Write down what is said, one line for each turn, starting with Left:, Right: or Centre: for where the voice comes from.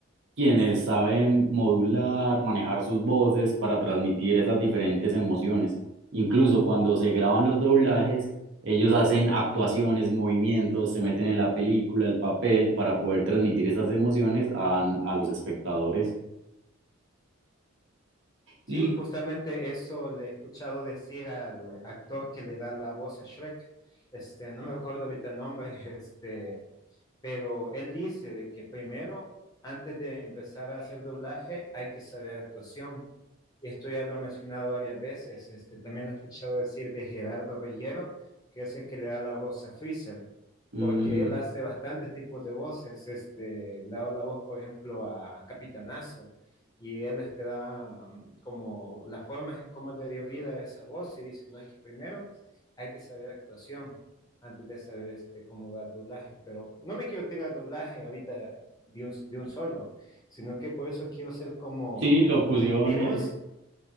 Right: quienes saben modular, manejar sus voces para transmitir esas diferentes emociones. Incluso cuando se graban los doblajes, ellos hacen actuaciones, movimientos, se meten en la película, el papel, para poder transmitir esas emociones a, a los espectadores.
Left: sí,
Right: Y
Left: justamente eso le he escuchado decir al actor que le da la voz a Shrek. Este, no me recuerdo ahorita el nombre, <laughs> este, pero él dice de que primero, antes de empezar a hacer doblaje, hay que saber actuación. Esto ya lo ha mencionado varias veces, este, también lo he escuchado decir de Gerardo Reyero, que es el que le da la voz a Freezer,
Right: mm,
Left: porque él hace bastantes tipos de voces, este, le da la voz, por ejemplo, a Capitanazo, y él este, da um, como las formas en cómo él le dio vida a esa voz y dice, no es que primero hay que saber actuación antes de saber este, cómo dar doblaje, pero no me quiero tirar doblaje ahorita de un, de un solo, sino que por eso quiero ser como
Right: sí, locuciones,
Left: mi voz,